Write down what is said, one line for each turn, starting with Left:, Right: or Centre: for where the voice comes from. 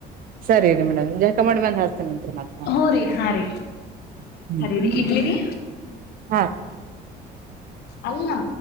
Right: ಸರಿ ರರಿ ಮೇಡಮ್ ಜಾಕ ಮಾಡಿ ಬಂದ ಹಾತೇನಂರಿ ಮತ್ತ
Left: ಹ್ ರರಿ ಹಾ ರೀ
Right: ಹ್ಮ್
Left: ಹರಿರಿ ಇಡ್ಲಿರಿ
Right: ಹಾ
Left: ಅಲ್ಲಲ್ಲ